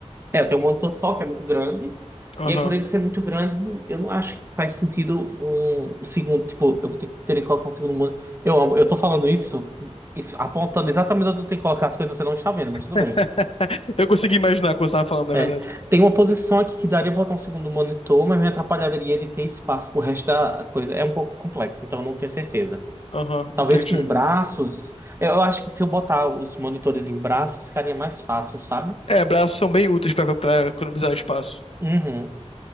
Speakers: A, on the right (about 20°); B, on the left (about 60°).
A: É, eu tenho um monitor só que é muito grande.
B: Aham.
A: E aí, por ele ser muito grande, eu não acho que faz sentido um, um segundo. Tipo, eu vou ter que ter que colocar um segundo monitor. Eu amo, eu tô falando isso, isso, apontando exatamente onde eu tenho que colocar as coisas, você não está vendo, mas tudo
B: <laughs>
A: bem.
B: Eu consegui imaginar o que você estava falando, na
A: É,
B: verdade.
A: tem uma posição aqui que daria pra botar um segundo monitor, mas me atrapalharia de ter espaço pro resto da coisa. É um pouco complexo, então eu não tenho certeza.
B: Aham,
A: Talvez
B: entendi.
A: com braços. Eu acho que se eu botar os monitores em braços, ficaria mais fácil, sabe?
B: É, braços são bem úteis pra pra economizar espaço.
A: Uhum.